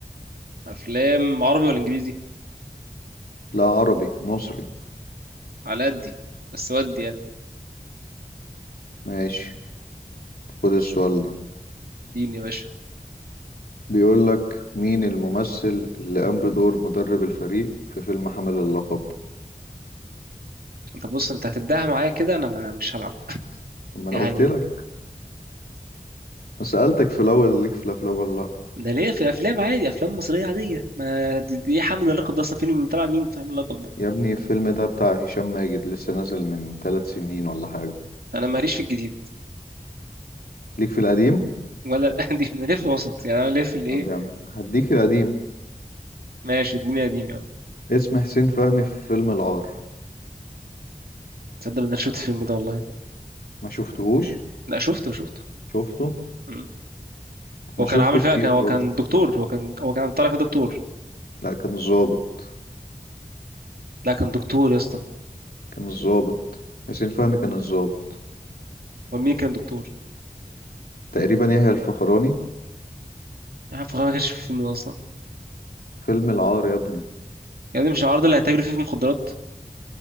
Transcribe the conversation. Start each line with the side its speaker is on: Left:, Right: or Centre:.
Right: افلام عربي ولا انجليزي
Left: لا عربي مصري
Right: على قدي بس ودي يعني
Left: ماشي خد السؤال ده
Right: اديني يا باشا
Left: بيقول لك مين الممثل اللي قام بدور مدرب الفريق في فيلم حامل اللقب
Right: انت بص انت هتبداها معايا كده انا ما مش هلعب <laughs>
Left: طب ما انا
Right: يعني
Left: قلت لك سألتك في الاول ليك في الافلام ولا لا
Right: انا ليا في افلام عادي افلام مصريه عاديه ما دي دي ايه حامل اللقب ده اصلا فيلم من تبع مين فاهم اللقب ده
Left: يا ابني الفيلم ده بتاع هشام ماجد لسه نازل من ثلاث سنين ولا حاجة
Right: انا ماليش في الجديد
Left: ليك في القديم
Right: ولا <laughs> دي انا ليا في الوسط يعني انا ليا في الايه
Left: طب يا عم هديك القديم
Right: ماشي الدنيا قديم يا عم
Left: اسم حسين فهمي في فيلم العار
Right: تصدق ان انا شفت الفيلم ده والله
Left: ما شفتهوش
Right: لا شفته شفته
Left: شفته
Right: مم.
Left: انا
Right: هو كان
Left: شفته
Right: عامل فيها
Left: كتير
Right: كان هو
Left: برضه
Right: كان دكتور هو كان هو كان طالع فيها دكتور
Left: لا كان الظابط
Right: لا كان دكتور يا اسطى
Left: كان الظابط حسين فهمي كان الظابط
Right: هو مين كان دكتور؟
Left: تقريبا يحيى الفخراني
Right: انا عارف ما كانش في الفيلم ده اصلا
Left: فيلم العار يا ابني
Right: يعني مش العرض اللي هيتاجر فيه في المخدرات